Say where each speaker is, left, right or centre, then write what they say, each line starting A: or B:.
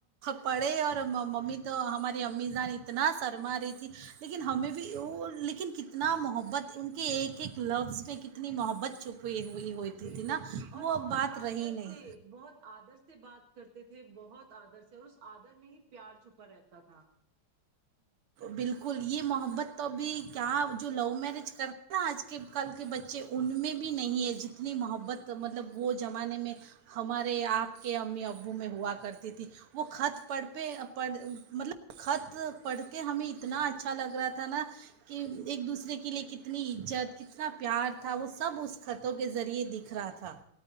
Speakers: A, on the right; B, on the right.
A: پڑھے اور ممی تو ہماری امی جان اتنا سرما رہی تھی لیکن ہمیں بھی وہ لیکن کتنا محبت ان کےایک ایک لفظ پے کتنی محبت چھپی ہوئی ہوتی
B: بالکل
A: تھی نا
B: اور
A: وہ اب
B: بہت
A: بات
B: آدر
A: رہی نہیں
B: سے بہت آدر سے بات کر تےتھے بہت آدر سے اور اس آدر میں ہی پیار چھپا رہتا تھا
A: بالکل یہ محبت تو ابھی کیا جو لوو میرج کرتے ہے نا آج کے کل کے بچے ان میں بھی نہیں ہے جتنی محبت مطلب وہ زمانے میں ہمارے آپ کے امی ابو میں ہوا کرتی تھی وہ خط پڑھ پہ پڑ مطلب خط پڑھ کے ہمیں اتنا اچھا لگ رہا تھا نا کہ ایک دوسرے کے لیے کتنی عزت کتنا پیار تھا وہ سب اس خطوں کے ذریعے دکھ رہا تھا